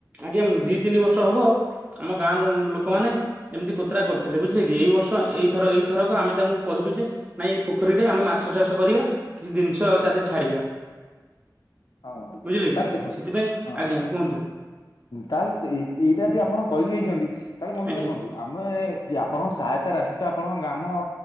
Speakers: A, on the right; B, on the left.
A: ଆଜ୍ଞା ବନ୍ଧୁ, ଦି ତିନି ବର୍ଷ ହବ ଆମ ଗାଁରୁ ଲୋକମାନେ ଏମିତି କୋତରା କରୁଥିଲେ ବୁଝିଲେ କି! ଏଇ ବର୍ଷ ଏଇଥର ଏଇଥରକ ଆମେ ତାଙ୍କୁ କହିଚୁ ଯେ ନାଇଁ, ଏ ପୋଖରୀରେ ଆମେ ମାଛ ଚାଷ କରିବା। କିଛି ଦିନିଷ ଆଉ ତା ଦେହରେ ଛାଡିବା।
B: ହଁ ବନ୍ଧୁ
A: ବୁଝିଲେ
B: ତାହେଲେ
A: କି?
B: ଦେଖନ୍ତୁ
A: ସେଥିପାଇଁ
B: ହଁ
A: ଆଜ୍ଞା କୁହନ୍ତୁ।
B: ତାହେଲେ ଏଇ-ଏଇଟା ଦି ଆପଣ କହି ଦେଇଛନ୍ତି। ତାହେଲେ ବନ୍ଧୁ
A: ଆଜ୍ଞା
B: ଦେଖନ୍ତୁ ଆମେ କି ଆପଣଙ୍କ ସହାୟତା ରାଶି ତ ଆପଣଙ୍କ ଗାମ-ଅ